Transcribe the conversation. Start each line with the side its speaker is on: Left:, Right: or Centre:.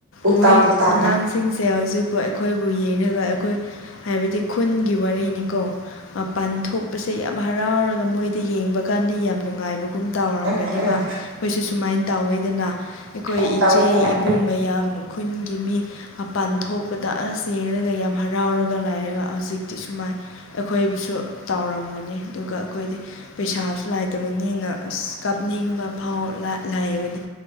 Right: ꯎꯜꯇꯥ
Left: ꯃꯣꯏ
Right: ꯄꯨꯜꯇꯥꯅꯤ
Left: ꯑꯉꯥꯡꯁꯤꯡꯁꯦ ꯍꯧꯖꯤꯛꯄꯨ ꯑꯩꯈꯣꯏꯕꯨ ꯌꯦꯡꯉꯒ ꯑꯩꯈꯣꯏ ꯍꯥꯏꯕꯗꯤ ꯈꯨꯟꯒꯤ ꯋꯥꯔꯤꯅꯤꯀꯣ ꯃꯄꯥꯟ ꯊꯣꯛꯄꯁꯦ ꯌꯥꯝ ꯍꯔꯥꯎꯔꯒ ꯃꯣꯏꯗ ꯌꯦꯡꯕ ꯀꯥꯟꯗ ꯌꯥꯝ ꯅꯨꯡꯉꯥꯏꯕ ꯀꯨꯝ ꯇꯥꯎꯔꯝꯒꯅꯤꯕ
Right: ꯎꯝ ꯎꯝ
Left: ꯑꯩꯈꯣꯏꯁꯨ ꯁꯨꯃꯥꯏꯅ ꯇꯧꯋꯦꯗꯅ ꯑꯩꯈꯣꯏ
Right: ꯎꯝ ꯇꯧꯋꯦ
Left: ꯏꯆꯦ
Right: ꯇꯧꯋꯦ
Left: ꯏꯕꯨꯡ ꯃꯌꯥꯝ ꯈꯨꯟꯒꯤ ꯃꯤ ꯃꯄꯥꯟ ꯊꯣꯛꯄꯗ ꯑꯁ ꯌꯦꯡꯔꯒ ꯌꯥꯝ ꯍꯔꯥꯎꯔꯒ ꯂꯩꯔꯒ ꯍꯧꯖꯤꯛꯇꯤ ꯁꯨꯃꯥꯏ ꯑꯩꯈꯣꯏꯕꯨꯁꯨ ꯇꯥꯎꯔꯝꯒꯅꯤ ꯑꯗꯨꯒ ꯑꯩꯈꯣꯏꯗꯤ ꯄꯩꯁꯥꯁꯨ ꯂꯥꯏꯇꯕꯅꯤꯅ ꯑꯁ ꯀꯥꯞꯅꯤꯡꯕ ꯐꯥꯎ ꯂꯥ ꯂꯥꯏꯕꯅꯤ